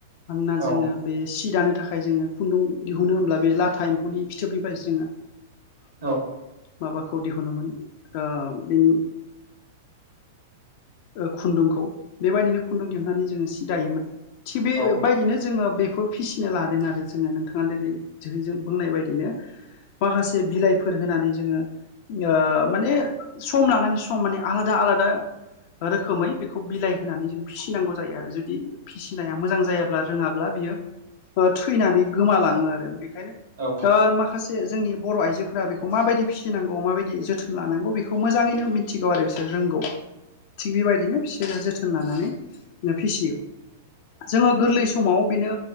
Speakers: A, on the left; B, on the right.
A: मानोना जोङो
B: औ
A: बे सि दानो थाखाय जोङो खुन्दुं दिहुनो होनब्ला बे लाथा एम्फौ ननि फिथोबनि बायदि जोङो
B: औ
A: माबाखौ दिहुनोमोन ओ बेनि ओ खुन्दुंखौ बेबायदिनो खुन्दुं दिहुननानै जोङो सि दायोमोन थिग
B: औ
A: बेबायदिनो जोङो बेफोर फिसिना लादों आरो जोङो नोंथाङा जेरै जों बुंनाय बायदिनो माखासे बिलाइ फोर होनानै जोङो ओ माने सम लानानै सम माने आलादा -आलादा रोखोमै बेखौ बिलाइ होनानै जों फिसिनांगौ जायो आरो जुदि फिसिनाया मोजां जायाब्ला रोङाब्ला बियो ओ थैनानै गोमालाङो आरो बेखायनो
B: औ
A: दा माखासे जोंनि बर' आइजोफोरा बेखौ माबायदि फिसिनांगौ माबायदि जोथोन लानांगौ बेखौ मोजाङैनो मि मिथिगौ आरो बिसोर रोंगौ थिग बेबायदिनो बिसोरो जोथोन लानानै फिसियोनो जोङो गोरलै समाव बेनो